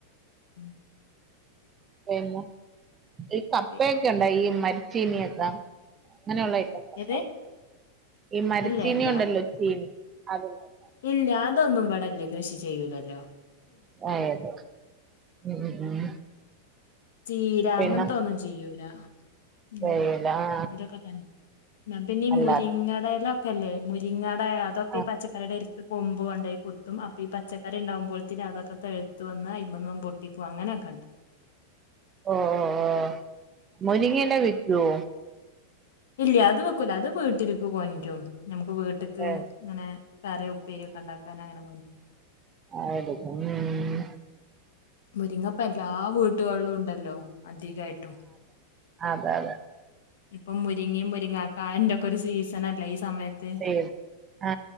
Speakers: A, on the left; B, on the right.
A: ഉം
B: പിന്നെ ഈ കപ്പയൊക്കെ
A: പി
B: ഇണ്ട ഈ മരിച്ചീനിയൊക്കെ? അങ്ങനെയുള്ള <inaudible> ഐറ്റംസ്
A: ഏത്
B: ഈ മരച്ചീന
A: ഇല്ല ഇല്ല
B: ഉണ്ടല്ലോ ചീനി അതിണ്ടാവും.
A: ഇല്ല അതൊന്നും ഇവ്ടെല്ല കൃഷി ചെയ്യൂല്ലല്ലോ.
B: അതെല്ലേ ഉം ഉം ഉം.
A: ചീരാ
B: പിന്നെ
A: അങ്ങനത്തെ ഒന്നും ചെയ്യൂല. ഉം
B: ചെയ്യല ആ
A: ഇതൊക്കെ തന്നെ പിന്നെ
B: അല്ല
A: മുരിങ്ങടെല ക്കല്ലേ മുരിങ്ങാ ടെ അതൊക്കെ
B: ആ
A: പച്ചക്കറിടെട് കൊമ്പു കൊണ്ടോയി കുത്തും അപ്പൊ ഈ പച്ചക്കറിണ്ടാകുമ്പോത്തിന് അതൊക്കെ തെഴുത്ത് വന്ന് അയിമന്നും പൊട്ടിക്കും അങ്ങനൊക്കെണ്ട്
B: ഓ ഓ ഓ മുരിങ്ങേല ടുവോ
A: ഇല്ല അത് വെക്കൂല അത് വീട്ടിൽക്ക്‌ കൊണ്ട്രും ഇപ്പ വീട്ട്ക്ക്
B: ഏ,
A: ങ്ങനെ കറീം ഉപ്പേര്യോക്കെ ണ്ടാക്കാനങ്ങനെ
B: <unintelligible> മ്
A: മുരിങ്ങപ്പ എല്ലാ വീട്ടി ടുകളിലും ണ്ടല്ലോ അധികായ്ട്ടും
B: അത <unintelligible> അതെ
A: ഇപ്പം മുരിങ്ങി മുരിങ്ങാക്കാന്റെക്കൊ രു സീസൺ അല്ലെ സമയത്ത്
B: സേവ്. ആ